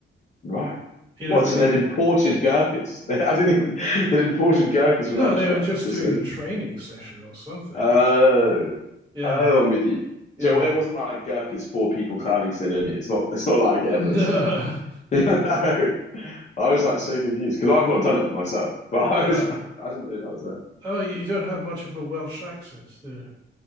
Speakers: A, on the left; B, on the right.
A: Right.
B: You
A: What?
B: know, with
A: So
B: the
A: they'd imported gherkins. <laughs> I didn't even. They'd imported gherkins
B: no,
A: from elsewhere.
B: they were just
A: So,
B: doing
A: so
B: a training session or something.
A: Oh,
B: Uh, yeah,
A: oh, I'm with you.
B: yeah.
A: So it wasn't
B: <laughs>
A: like Gurkha's four people climbing Snowdonia. It's not. It's not like
B: No,
A: Everest or something. <laughs> I was like so confused because I've not done it myself, <laughs> but I
B: no.
A: was like, I didn't know that was there.
B: Oh, you, you don't have much of a Welsh accent. Yeah.